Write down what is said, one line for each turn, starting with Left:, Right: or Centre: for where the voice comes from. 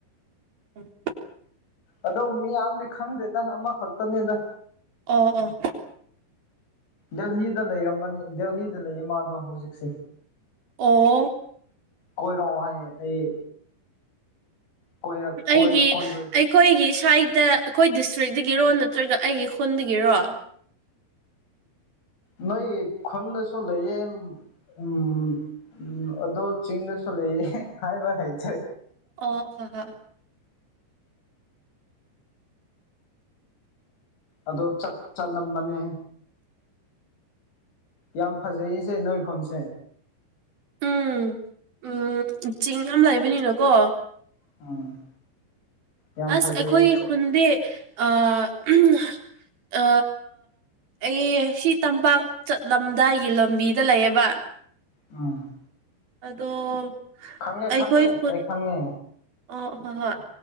Right: ꯎꯝ
Left: ꯑꯗꯣ ꯃꯤꯌꯥꯝꯗꯤ ꯈꯪꯗꯦꯗ ꯑꯃꯈꯛꯇꯅꯤꯗ
Right: ꯑꯣ ꯑꯣ
Left: ꯗꯦꯜꯍꯤꯗ ꯂꯩꯔꯝꯕꯅꯤ ꯗꯦꯜꯍꯤꯗ ꯂꯩꯌꯦ ꯃꯥꯗꯣ ꯍꯧ ꯍꯧꯖꯤꯛꯁꯤ
Right: ꯑꯣ
Left: ꯀꯣꯏꯔꯛꯑꯣ ꯍꯥꯏꯌꯦ ꯑꯩ ꯀꯣꯏꯔꯛ ꯀꯣꯏ
Right: ꯑꯩꯒꯤ
Left: ꯀꯣꯏꯕ
Right: ꯑꯩꯈꯣꯏꯒꯤ ꯁꯨꯋꯥꯢꯗ ꯑꯩꯈꯣꯏ ꯗꯤꯁꯇ꯭ꯔꯤꯛꯇꯒꯤꯔꯣ ꯅꯠꯇ꯭ꯔꯒ ꯑꯩꯒꯤ ꯈꯨꯟꯗꯒꯤꯔꯣ
Left: ꯅꯣꯏꯒꯤ ꯈꯨꯟꯗꯁꯨ ꯂꯩꯌꯦ ꯎꯝ ꯎꯝ ꯑꯗꯣ ꯆꯤꯡꯗꯁꯨ ꯂꯩꯌꯦ ꯍꯥꯏꯕ ꯍꯩꯇꯦ
Right: ꯑꯣ ꯍꯣ ꯍꯣꯢ
Left: ꯑꯗꯣ ꯆꯠ ꯆꯠꯂꯝꯕꯅꯦ ꯌꯥꯝ ꯐꯖꯩꯁꯦ ꯅꯣꯏ ꯈꯨꯟꯁꯦ
Right: ꯎꯝ ꯎꯝ ꯆꯤꯡ ꯌꯥꯝ ꯂꯩꯕꯅꯤꯅꯀꯣ
Left: ꯎꯝ ꯌꯥꯝ
Right: ꯑꯁ
Left: ꯐꯖꯩꯌꯦ
Right: ꯑꯩꯈꯣꯏꯒꯤ ꯈꯨꯟꯗꯤ ꯑ <unintelligible> ꯑ ꯑꯩ ꯁꯤ ꯇꯝꯄꯥꯛ ꯆꯠꯂꯝꯗꯥꯏꯒꯤ ꯂꯝꯕꯤꯗ ꯂꯩꯌꯦꯕ
Left: ꯎꯝ
Right: ꯑꯗꯣ
Left: ꯈꯪꯉꯦ
Right: ꯑꯩꯈꯣꯏ
Left: ꯈꯪꯉꯦ
Right: ꯈꯨꯠ
Left: ꯑꯩ ꯈꯪꯉꯦ
Right: ꯑꯣ ꯍꯣꯏ ꯍꯣꯏ